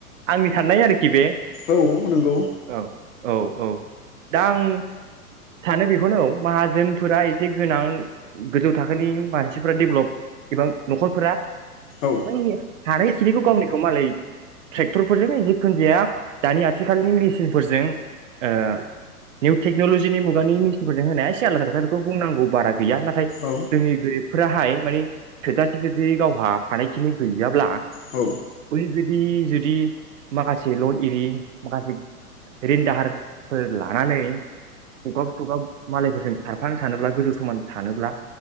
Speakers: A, on the right; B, on the left.
A: आंनि साननाय आरोखि बे
B: औ नंगौ
A: औ औ औ दा आं सानो बेखौनो औ माहाजोनफोरा एसे गोनां गोजौ थाखोनि मारसिफोरा डेभेलप एबा नखरफोरा
B: औ
A: माने <unintelligible> खिनिखौ गावनिखौ मालाय ट्रेक्टरफोरजोंन जिखुन जाया दानि आथिखालनि मेसिनफोरजों ओ निउ टेक्नलजिनि मुगानि मेसिनफोरजों होनाया एसे आलादा खोथा बेखौ बुंनांगौ बारा गैया नाथाय
B: औ
A: जोंनि गोरिबफोराहाय मानि थोजासे जुदि गावहा हानायखिनि गैयाब्ला
B: औ
A: ओरैबायदि जुदि माखासे लन एरि माखासे रिन दाहार फोर लानानै गगाब सगाब मालायफोरजों खारफानो सानोब्ला गोजौ समान सानोब्ला